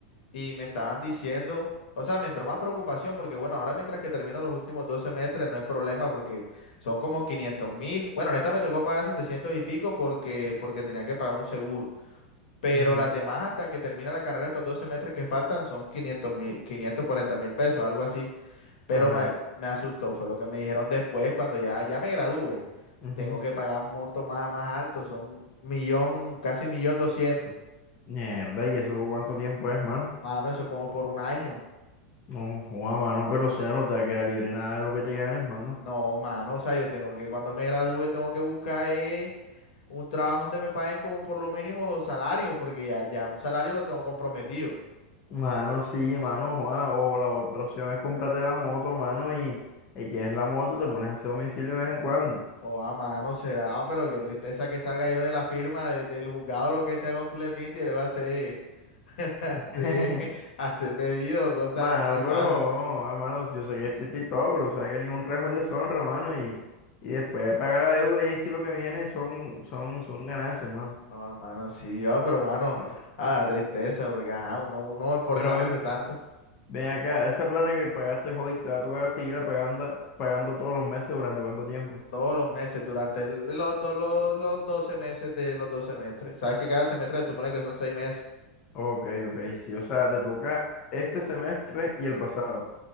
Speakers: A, on the left (about 80°); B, on the left (about 25°).
A: y me estaban diciendo, o sea, me entró más preocupación porque, bueno, ahora mientras que termino los últimos dos semestres no es problema porque son como quinientos mil. Bueno, en esta me tocó pagar 700 y pico porque, porque tenía que pagar un seguro, pero
B: Ujú,
A: las demás hasta que termina la carrera, estos dos semestres que faltan son quinientos mil, quinientos cuarenta mil pesos, algo así. Pero
B: Ajá.
A: me, me asustó, fue lo que me dijeron después cuando ya, ya me gradúe.
B: ujú.
A: Tengo que pagar un monto más, más alto, son millón, casi millón doscientos.
B: Mierda, ¿y eso por cuánto tiempo es, mano?
A: Mano, eso es como por un año.
B: No, joda, mano, pero o sea, no te va a quedar libre nada de lo que te ganes, mano.
A: No, mano, o sea, yo tengo que, cuando me gradúe, tengo que buscar eh, un trabajo donde me paguen como por lo mínimo dos salarios, porque ya, ya un salario lo tengo comprometido.
B: Mano, sí, mano, Juan, o la otra opción es comprarte la moto, mano, y, y tienes la moto, te pones a hacer domicilio de vez en cuando.
A: O a mano será, pero qué tristeza que salga yo de la firma, de- del juzgado, lo que sea con culepinti y luego hacer, <laughs> hacer,
B: <laughs>
A: hacer pedido, cosas
B: Mano,
A: así, mano.
B: pero, ah, mano, yo sé que es triste y todo, pero sabes que ningún trabajo es deshonra, mano, y, y después de pagar la deuda, y ahí sí lo que viene son, son, son ganancias, mano.
A: No, a mano, sí, ah, pero mano,
B: Bueno,
A: a la tristeza, porque ajá, uno, uno esforzándose
B: pero ve-
A: tanto.
B: ven, acá, esa plata que pagaste hoy te va a tocar seguirla pagando, pagando todos los meses durante cuánto tiempo.
A: Todos los meses, durante el- los, do- los, los 12 meses de los dos semestres. Sabes que cada semestre se supone que son seis meses.
B: Ok, ok, sí, o sea, te toca este semestre y el pasado,